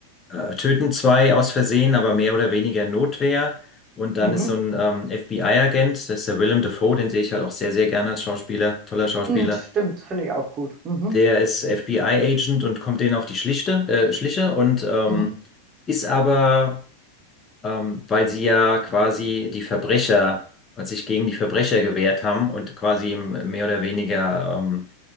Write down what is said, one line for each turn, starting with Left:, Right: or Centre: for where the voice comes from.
Left: äh, töten zwei aus Versehen, aber mehr oder weniger Notwehr. Und
Right: mhm.
Left: dann ist so ein ähm, FBI-Agent, das ist der Willem Dafoe, den sehe ich halt auch sehr, sehr gerne als Schauspieler, toller Schauspieler.
Right: Mhm, stimmt, finde ich auch gut. Mhm,
Left: Der ist FBI-Agent und kommt denen auf die Schlichte, äh, Schliche und ähm,
Right: mhm.
Left: ist aber, ähm, weil sie ja quasi die Verbrecher, weil sich gegen die Verbrecher gewehrt haben und quasi mehr oder weniger ähm,